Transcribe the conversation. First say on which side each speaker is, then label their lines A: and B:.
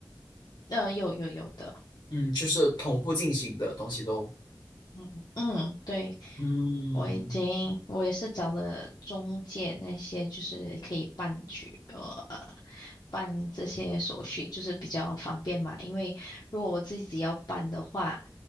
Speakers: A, on the left; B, on the left.
A: 呃有有有的，
B: 嗯，就是同步进行的东西都。
A: 嗯嗯对。
B: 嗯
A: 我已经，我也是找了中介那些，就是可以办去呃办这些手续，就是比较方便嘛。因为如果我自己要办的话，